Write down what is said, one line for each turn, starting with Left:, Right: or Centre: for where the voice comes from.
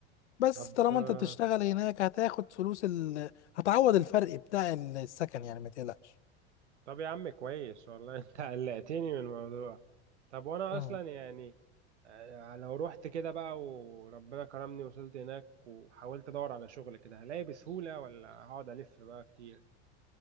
Left: بس
Right: طب
Left: طالما
Right: آه،
Left: انت بتشتغل هناك هتاخد فلوس ال... هتعوض الفرق بتاع السكن يعني ما تقلقش
Right: طب يا عم كويس والله <laughs> أنت قلقتني من الموضوع طب وأنا
Left: مم.
Right: أصلا يعني آه، لو رحت كده بقى وربنا كرمني وصلت هناك وحاولت أدور على شغل كده هلاقي بسهولة ولا هقعد ألف بقى كتير